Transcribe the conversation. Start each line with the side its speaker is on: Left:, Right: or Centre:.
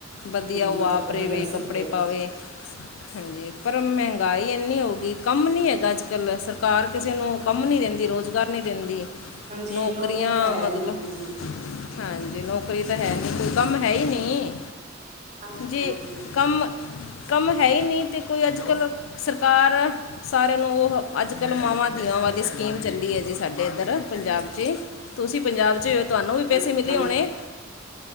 Left: ਵਧੀਆ
Right: ਹਾਂਜੀ
Left: ਉਹ
Right: ਤੁਹਾਡੀ
Left: ਆਪ ਰਵੇ
Right: ਗੱਲ
Left: ਕੱਪੜੇ
Right: ਸਹੀ ਹੈ
Left: ਪਾਵੇ।
Right: ਜੀ
Left: ਹਾਂਜੀ ਪਰ ਮਹਿੰਗਾਈ ਇੰਨੀ ਹੋਗੀ ਕੰਮ ਨੀ ਹੈਗਾ ਅੱਜਕੱਲ ਸਰ ਘਰ ਕਿਸੇ ਨੂੰ ਕੰਮ ਨਹੀਂ ਦਿੰਦੀ ਰੁਜ਼ਗਾਰ ਨਹੀਂ ਦਿੰਦੀ
Right: ਹਾਂਜੀ
Left: ਨੌਕਰੀਆਂ
Right: ਨੌਕਰੀ ਤਾਂ ਹੈ
Left: ਮਤਲਬ
Right: ਨਹੀਂ ਹਾਂਜੀ
Left: ਹਾਂਜੀ ਨੌਕਰੀ ਤਾਂ ਹੈ ਨੀ ਕੋਈ ਕੰਮ ਹੈ ਹੀ ਨਹੀਂੀ
Right: ਹਾਂਜੀ
Left: ਜੇ
Right: ਹਾਂਜੀ
Left: ਕੰਮ ਕੰਮ ਹੈ ਹੀ ਨਹੀਂ ਤੇ ਕੋਈ ਅੱਜ ਕੱਲ੍ਹ ਸਰਕਾਰ ਸਾਰਿਆਂ ਨੂੰ ਉਹ ਅੱਜ-ਕੱਲ੍ਹ ਮਾਵਾਂ ਦੀਆਂ ਵਾਲੀ ਸਕੀਮ ਚੱਲੀ ਹੈ, ਜਿਸ ਸਾਡੇ ਇੱਧਰ ਪੰਜਾਬ 'ਚ ਹੀ ਤੁਸੀਂ ਪੰਜਾਬ 'ਚ ਹੋ ਤੁਹਾਨੂੰ ਵੀ
Right: ਹਾਂ-
Left: ਪੈਸੇ ਮਿਲੇ
Right: ਹਾਂਜੀ
Left: ਹੋਣੇ,